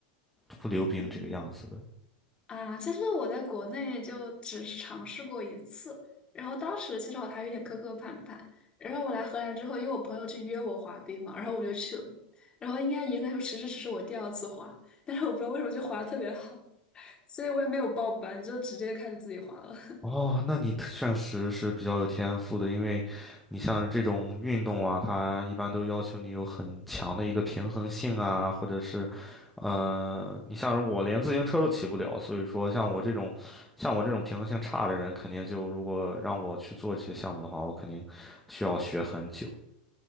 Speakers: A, in the centre; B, on the left.
A: 会溜冰这个样子的？
B: 嗯啊，其实我在国内就只是尝试过一次，然后当时其实我还有点磕磕绊绊。然后我来荷兰之后，因为我朋友去约我滑冰嘛，然后我就去了。然后应该严格来说，其实只是我第二次滑，但是我不知道为什么就滑的特别好，所以我也没有报班，就直接开始自己滑了。
A: 哦，那你特确实是比较有天赋的，因为你像是这种运动啊，它一般都要求你有很强的一个平衡性啊，或者是，呃，你像是我连自行车都骑不了，所以说像我这种，像我这种平衡性差的人，肯定就如果让我去做这些项目的话，我肯定需要学很久。